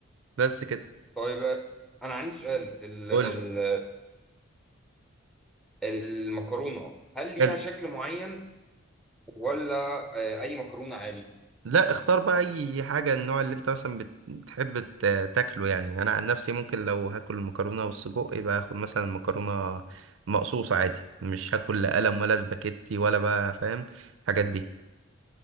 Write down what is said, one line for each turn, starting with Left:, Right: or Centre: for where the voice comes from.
Right: بس كده
Centre: طيب انا عندي سؤال ال
Right: قول
Centre: ال
Right: لي
Centre: المكرونه هل ليها
Right: حلو
Centre: شكل معين ولا آه، اي مكرونه عادي
Right: لا اختار بقى اي حاجة النوع اللي انت مثلا بت- بتحب ت- تاكله يعني انا عن نفسي ممكن لو هاكل المكرونة والسجق يبقى هاخد مثلا مكرونة مقصوصة عادي مش هاكل لا قلم ولا سباكيتي ولا بقى فاهم الحاجات دي